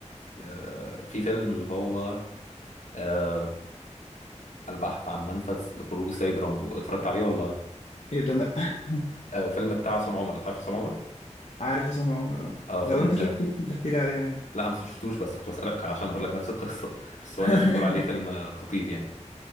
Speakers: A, on the left; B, on the left.
A: آه في فيلم اللي هو آه البحث عن منفذ لخروج السيد رامبو اتفرجت عليه ولا
B: ايه ده لا <laughs>
A: آه فيلم بتاع عصام عمر انت عارف عصام عمر
B: عارف اسامه عمر اه
A: اه فيلم
B: لو انت
A: بتاعه
B: شفته ممكن تحكي لي عليه عادي
A: لا انا ما شفتوش بس كنت بسألك عشان اقول لك نفس القصة <laughs> بس
B: <laughs>
A: هو الناس بتقول عليه فيلم آه، خطير يعني